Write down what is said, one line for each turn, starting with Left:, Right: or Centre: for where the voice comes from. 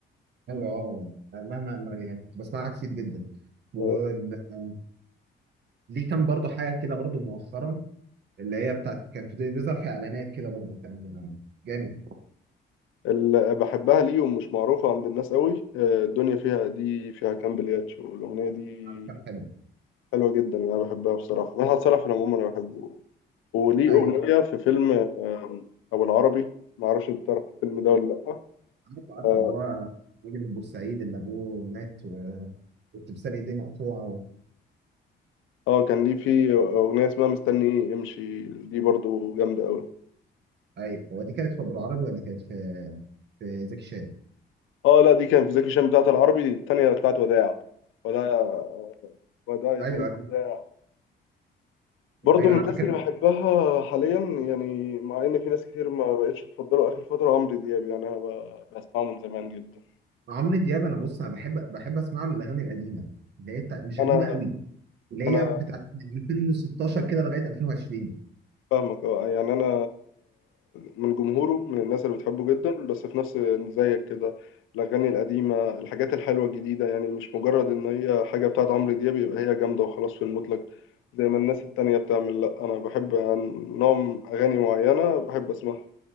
Right: ايوه اه مهما ما- يعني كنت بسمعها كتير جدا وليه
Left: آه،
Right: كان برضه حاجه كده برضه مؤخرا اللي هي بتاعت كان في بيظهر في اعلانات كده برضه كان جامد
Left: اللي بحبها ليهم مش معروفة عند الناس قوي آه، الدنيا فيها دي فيها كام بلياتشو الأغنية دي
Right: عارف، كان حلو
Left: حلوة جدا أنا بحبها بصراحة مدحت صالح في العموم أنا بحبه وليه
Right: ايوه
Left: أغنية في فيلم آم، أبو العربي معرفش أنت تعرف الفيلم ده ولا لأ
Right: عارف عارف
Left: اه
Right: اللي هو الراجل البورسعيد اللي ابوه مات و- والتمثال ايديه مقطوعه و...
Left: آه، كان ليه في أغنية اسمها مستني إيه امشي دي برضو جامدة قوي
Right: ايوه هو دي كانت في ابو العربي ولا كانت في في زكي شان
Left: اه لا دي كان في زكي شان بتاعت العربي التانية بتاعت وداع وداع وداع يا
Right: ايوه
Left: حلو
Right: ايوه
Left: وداع برضو
Right: ايوه
Left: من
Right: انا
Left: الناس
Right: فاكر
Left: اللي بحبها حاليا يعني مع ان في ناس كتير ما بقتش تفضله اخر فتره عمرو دياب يعني انا ب- بسمعه من زمان جدا
Right: عمرو دياب انا بص انا بحب بحب اسمع له الاغاني القديمه اللي هي بتاع... مش
Left: انا
Right: قديمه قوي اللي
Left: انا
Right: هي بتاعت من 2016 كده لغايه 2020
Left: فاهمك اه يعني انا من جمهوره من الناس اللي بتحبه جدا بس في نفس زيك كده الاغاني القديمه الحاجات الحلوه الجديده يعني مش مجرد ان هي حاجه بتاعت عمرو دياب يبقى هي جامده وخلاص في المطلق زي ما الناس التانية بتعمل لا انا بحب عن- نوع اغاني معينه بحب اسمعها